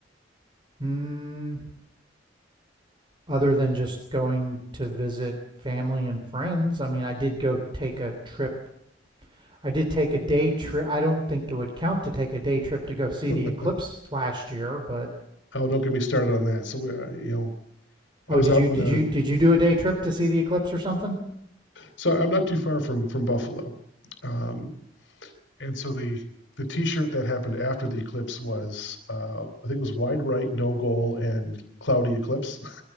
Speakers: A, on the right; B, on the left.
A: mm, other than just going to visit family and friends, I mean, I did go take a trip. I did take a day trip. I don't think it would count to take a day trip to go see
B: <laughs>
A: the eclipse last year, but
B: Oh, don't get me started on that. So, uh, you know,
A: oh,
B: I was
A: did
B: out
A: you
B: in
A: did
B: uh,
A: you did you do a day trip to see the eclipse or something?
B: so I'm not too far from from Buffalo, um, and so the the T-shirt that happened after the eclipse was uh, I think it was wide right, no goal, and cloudy eclipse